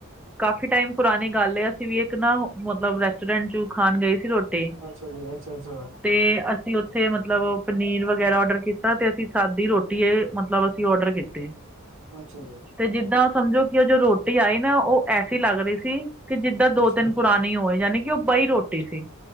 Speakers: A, in the centre; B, on the right.
A: ਕਾਫ਼ੀ ਟਾਈਮ ਪੁਰਾਣੀ ਗੱਲ ਏ, ਅਸੀਂ ਵੀ ਇੱਕ ਨਾ ਓ ਮਤਲਬ ਰੈਸਟੋਰੈਂਟ ਚ ਖਾਣ ਗਏ ਸੀ ਰੋ ਟੀ
B: ਅੱਛਾ ਜੀ ਅੱਛਾ ਅੱਛਾ
A: ਤੇ ਅਸੀਂ ਉੱਥੇ ਮਤਲਬ ਪਨੀਰ ਵਗੈਰਾ ਓਡਰ ਕੀਤ ਤਾ ਤੇ ਅਸੀਂ ਸਾਦੀ ਰੋਟੀ ਇਹ ਅ ਮਤਲਬ ਅਸੀਂ ਆਊਡਰ ਕੀਤੇ।
B: ਅੱਛਾ ਜੀ।
A: ਤੇ ਜਿੱਦਾਂ ਉਹ ਸਮਝੋ ਕਿ ਜੋ ਉਹ ਰੋਟੀ ਆਈ ਨਾ ਉਹ ਐਸੀ ਲੱਗ ਰਹੀ ਸੀ ਕਿ ਜਿੱਦਾਂ ਦੋ
B: ਅੱਛਾ
A: ਤਿੰਨ ਪੁਰਾ ਪੁਰਾਣੀ ਹੋਏ, ਜਾਣੀ ਕਿ ਉਹ ਬਈ ਰੋਟੀ ਸੀ।